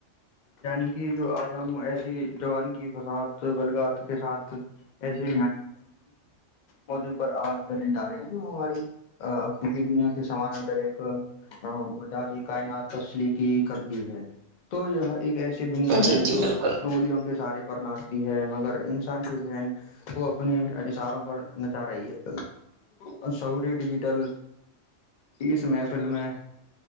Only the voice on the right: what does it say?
جی
جی
بالکل